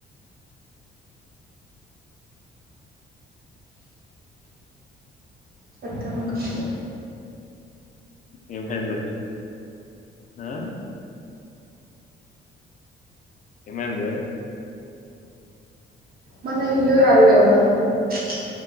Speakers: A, on the right (about 50°); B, on the left (about 40°).
A: చెత్తముఖంది
B: ఏం ఆఇందే ఆ <inaudible> ఏమైందే
A: మన ఇల్లు కాదు కదా <inaudible>